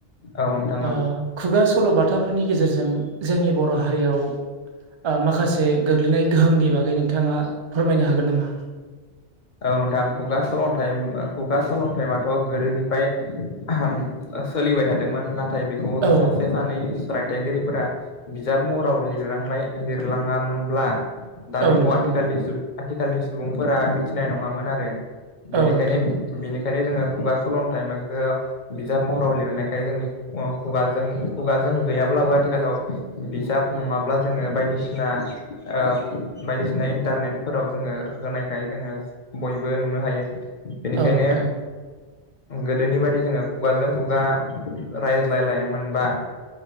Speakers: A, on the left; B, on the right.
A: औ नोंथां औ
B: ओ खुगा सल'बाथाफोरनि गेजेरजों जोंनि बर' हारियाव आ माखासे गोग्लैनाय गोहोमनि बागै नोंथाङा फोरमायनो हागोन नामा?
A: औ नोंथां खुगा सलन्थाइ होमबा खुगा सल'न्थाइमाथ' गोदोनिफ्राय <unintelligible> ओ सोलिबाय थादोंमोन नाथाय बेखौ
B: औ
A: सासे सानै राय थाइगिरिफोरा बिजाब महराव लिरलांनाय लिरलाङामोनब्ला दा
B: औ
A: बेखौ
B: नोंथां
A: आथिखालनि सुबुं आथिखालनि सुबुंफोरा मिथिनाय नङामोन आरो बेनिखायनो
B: औ नोंथां
A: बिनि बेनिखायनो जोङो खुगा सल'न्थाइमोनखोआव बिजाब महराव लिरनायखाय जोंनि खुगाजों -खुगाजों गैयाब्लाबो आथिखालाव बिजाब नङाब्ला जोङो बायदिसिना ओ बायदि सिना इन्टारनेटफोराव जोङो होनायखाय जोङो बयबो नुनो हायो। बेनिखायनो
B: औ नोंथां
A: गोदोनि बायदि जोङो खुगाजों खुगा रायज्लायला मोनबा